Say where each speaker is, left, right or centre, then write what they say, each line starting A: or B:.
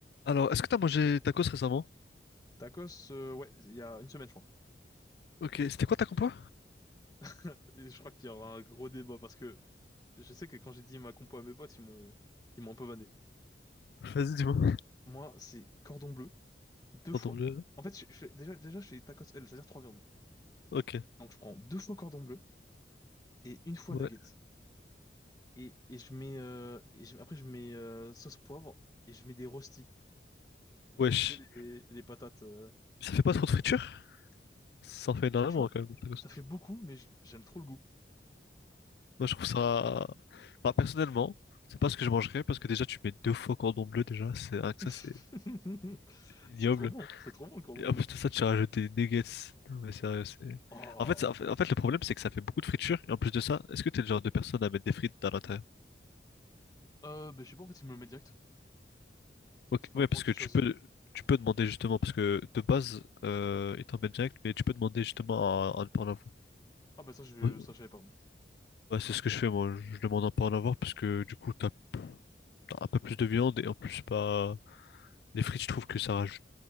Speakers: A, on the left; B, on the left.
A: Alors, est-ce que t'as mangé tacos récemment?
B: Tacos, euh, ouais, il y a une semaine, je crois.
A: Ok, c'était quoi ta compo?
B: <laughs> Et je crois qu'il y aura un gros débat parce que je sais que quand j'ai dit ma compo à mes potes, ils m'ont ils m'ont un peu vanné.
A: Vas-y, dis-moi.
B: Moi, c'est cordon bleu, deux
A: Cordon
B: fois.
A: bleu.
B: En fait, je, je- déjà, déjà, je fais tacos L, c'est-à-dire trois viandes.
A: Ok,
B: Donc, je prends deux fois cordon bleu et une fois
A: ouais.
B: nugget. Et, et je mets, euh, et je- après, je mets euh, sauce poivre et je mets des rostis.
A: Wesh.
B: Tu sais, Les, les patates. euh.
A: Ça fait pas trop de friture? Ça en fait énormément
B: Franchement,
A: quand même, les tacos.
B: ça fait beaucoup, mais j- j'aime trop le goût.
A: Moi, je trouve ça. Bah, personnellement, c'est pas ce que je mangerais parce que déjà, tu mets deux fois cordon bleu déjà. C'est rien que
B: <laughs>
A: ça, c'est ignoble.
B: C'est trop bon, c'est trop bon le cordon
A: Et en
B: bleu.
A: plus de ça, tu as rajouté nuggets. Non, mais sérieux, c'est.
B: Oh!
A: En fait, ça- en fait, en fait, le problème, c'est que ça fait beaucoup de friture. Et en plus de ça, est-ce que t'es le genre de personne à mettre des frites à l'intérieur?
B: Euh, bah, je sais pas, en fait, il me le met direct.
A: Ok,
B: C'est pas
A: ouais, parce
B: moi qui
A: que
B: choisis.
A: tu peux, tu peux demander justement, parce que de base, euh, il t'emmène direct, mais tu peux demander justement à, à ne pas en avoir.
B: Ah, bah, ça, je,
A: Ouais,
B: ça, je savais pas.
A: ouais, c'est ce que je fais, moi. Je demande à ne pas en avoir, parce que du coup, t'as, t'as un peu plus de viande, et en plus, c'est pas... les frites, je trouve que ça rajoute